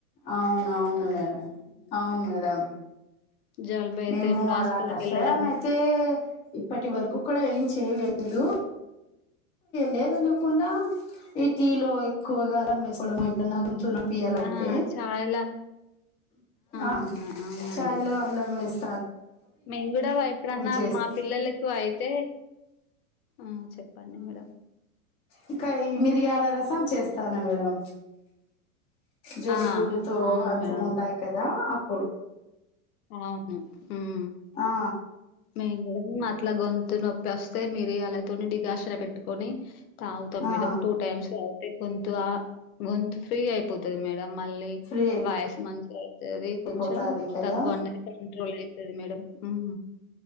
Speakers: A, on the left; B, on the left.
A: అవును అవును మేడం
B: హ్మ్.
A: అవును మేడం
B: జలుబు అయితే
A: మేము
B: ఇప్పుడు హాస్పిటల్కి
A: అలా కషాయం
B: వెళ్ళడం
A: అయితే ఇప్పటి వరకు కూడా ఏం చేయలేదు లేదు లేదనకుండా ఇ టీ లో ఎక్కువగా వేసుకోవడం అయితు <unintelligible> నా కొంచు పియాల <unintelligible>
B: ఆ
A: ఉంటే
B: చాలా
A: ఆ
B: అవునా అవునండి
A: చాయలో అల్లం వేస్త
B: మేము కూడా ఎప్పుడన్నా
A: చేస్త
B: మా పిల్లలకు అయితే ఆ చెప్పండి మేడం
A: ఇంక ఈ మీరియాల రసం చేస్తాను మేడం జలుబులుతో
B: ఆ! అవును
A: అంతుకుంటాయి
B: మేడం.
A: కదా అప్పుడు
B: అవును ఉం
A: ఆ
B: మేం కుడా ఉం అట్లా గొంతు నొప్పి వస్తే మిరియాలతోని డికాషన్ పెట్టుకొని తాగుతాం మేడమ్
A: ఆ
B: టూ టైమ్స్ తాగితే గొంతు ఆ గొంతు ఫ్రీ అయిపోతది మేడం మళ్ళీ
A: ఫ్రీ
B: వాయిస్ మంచిగ అయితది
A: అయిపోతాది
B: కొంచెం
A: కదా
B: దగ్గు అన్నది కంట్రోల్ అయితది మేడం ఉం